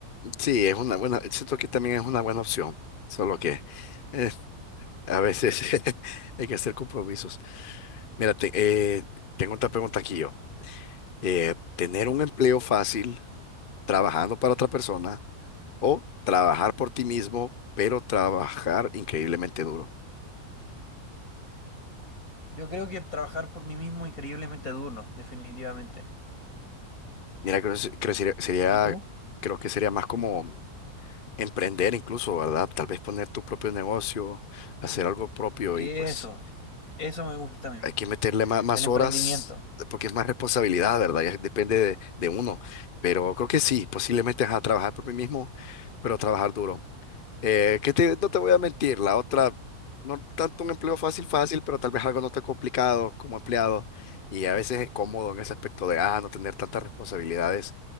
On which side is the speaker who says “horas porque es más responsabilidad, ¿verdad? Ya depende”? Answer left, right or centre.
Left